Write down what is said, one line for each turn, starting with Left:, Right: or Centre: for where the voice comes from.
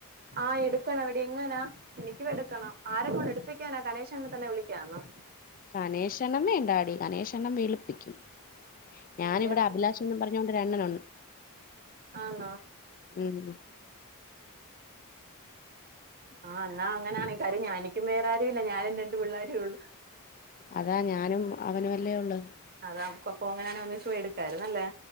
Right: ആഹ് എടുക്കണവെടി എങ്ങനാ എനിക്കും എടുക്കണം ആരെക്കൊണ്ട് എടുപ്പിക്കാനാ കനേശനെ തന്നെ വിളിക്കാ എന്നാ
Left: കനേശണ്ണൻ വേണ്ടാടി കനേശണ്ണൻ വെളുപ്പിക്കും
Right: ആഹ്
Left: ഞാനിവിടെ
Right: വേറെ ആരെയും
Left: അഭിലാഷെന്നും
Right: വിളിക്കാം
Left: പറഞ്ഞൊണ്ട് ഒരണ്ണനുണ്ട്
Right: ആന്നോ
Left: ഉം
Right: ആഹ് എന്നാ അങ്ങനാണെ കാര്യം ഞാ എനിക്കും വേറാരും ഇല്ല ഞാനും രണ്ട് പിള്ളാരുള്ളു
Left: അതാ ഞാനും അവനുവല്ലേ ഒള്ളു
Right: അതാ നമ്മക്ക് അപ്പൊ അങ്ങനെയാണ ഒന്നിച്ച് പോയി എടുക്കാരുന്നു അല്ലേ